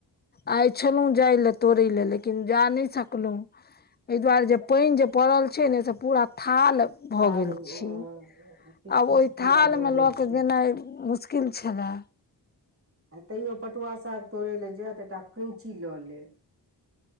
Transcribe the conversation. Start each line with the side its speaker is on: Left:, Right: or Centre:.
Left: आइ छलहुँ जाय लए तोड़य लए लेकिन जा नहि सकलहुँ एहि दुआरे जे पानि जे पड़ल छै ने से पूरा था थाल
Right: थाल
Left: भ गेल
Right: किछु
Left: छै आ
Right: किछु
Left: ओहि
Right: पूरा
Left: थालमे
Right: भऽ जाइ
Left: लऽ कऽ
Right: छै
Left: गेनाइ मुशकील श्किल छला
Right: आ तैओ पटुआ साग तोड़य लेल जाय त एकटा कैँची लऽ लेब